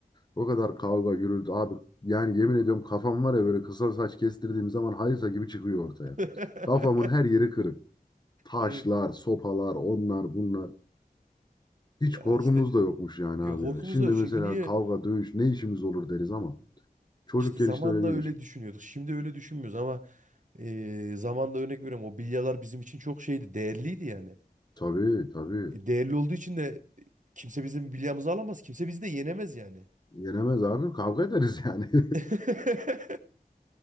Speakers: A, on the left; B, on the right.
A: O kadar kavga gürültü abi. Yani yemin ediyorum kafam var ya böyle kısa saç kestirdiğim zaman hayırsa gibi çıkıyor ortaya.
B: <laughs>
A: Kafamın her yeri kırık. Taşlar,
B: Evet.
A: sopalar, onlar bunlar. Hiç
B: Ya
A: korkumuz
B: işte
A: da yokmuş yani
B: e,
A: abi
B: korkumuz
A: ya. Şimdi
B: da yok.
A: mesela
B: Çünkü niye?
A: kavga, dövüş ne işimiz olur deriz ama çocukken
B: İşte zamanla
A: işte öyle değilmiş.
B: öyle düşünüyorduk. Şimdi öyle düşünmüyoruz ama e, zamanla örnek veriyorum. O bilyalar bizim için çok şeydi. Değerliydi yani.
A: Tabii tabii.
B: E, değerli olduğu için de kimse bizim bilyamızı alamaz. Kimse bizi de yenemez yani.
A: Yenemez abi kavga ederiz yani. <laughs>
B: <laughs>